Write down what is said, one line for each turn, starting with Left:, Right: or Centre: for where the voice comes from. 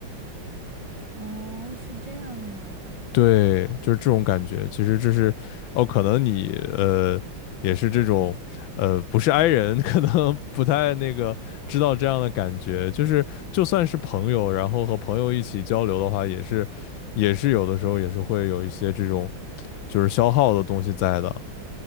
Right: 哦，是这样的吗？
Left: 对，就是这种感觉。其实这是哦，可能你呃也是这种呃不是 i 人，可能不太那个知道这样的感觉。就是就算是朋友，然后和朋友一起交流的话，也是也是有的时候也是会有一些这种就是消耗的东西在的。